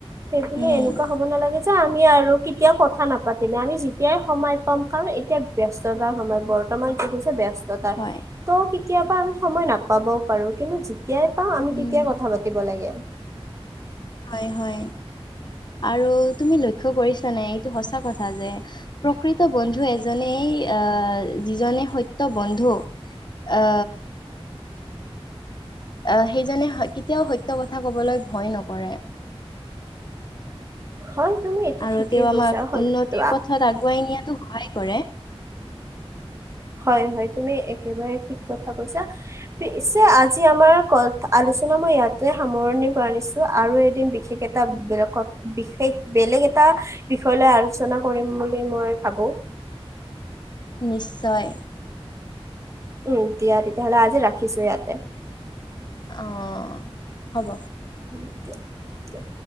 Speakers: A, on the right; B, on the left.
A: সেইবুলি
B: উম,
A: এনেকুৱা হ'ব নালাগে যে আমি আৰু কেতিয়াও কথা নাপাতিমে আমি যেতিয়াই সময় পাম কাৰণ এটি এতিয়া ব্যস্ততাৰ সময়। বৰ্তমান দেখিছে ব্যস্ত ত'
B: হয়।
A: কেতিয়াবা আমি সময় নাপা পাবও পাৰো কিন্তু যেত তেতিয়াই পাওঁ আমি
B: উম,
A: তেতিয়াই কথা পাতিব লাগে।
B: হয়, হয়। আৰু তুমি লক্ষ্য কৰিছা নাই? এইটো সঁচা কথা যে প্ৰকৃত বন্ধু এজনেই আ যিজনে সত্য বন্ধু আ আ সেইজনে কেতিয়াও সত্য কথা কবলৈ ভয় নকৰে।
A: হয় তুমি এইটো
B: আৰু
A: ঠিকেই
B: তেওঁ
A: কৈছা
B: আমাক
A: সত্য
B: উন্নতিৰ পথত আগুৱাই নিয়া টো সহায় কৰে।
A: হয়, হয়। তুমি এক একেবাৰে ঠিক কথা কৈছা পিছে আজি আমাৰ ক আলোচনা মই ইয়াতে সামৰণি মাৰিছো আৰু এদিন বিশেষ এটা বেলেগ বিশেষ বেলেগ এটা বিষয় লৈ আলোচনা কৰিম বুলি মই ভাবো।
B: নিশ্চয়।
A: উম, দিয়া তেতিয়াহলে আজি ৰাখিছো ইয়াতে।
B: অ, হ'ব।
A: ও দিয়া, দিয়া।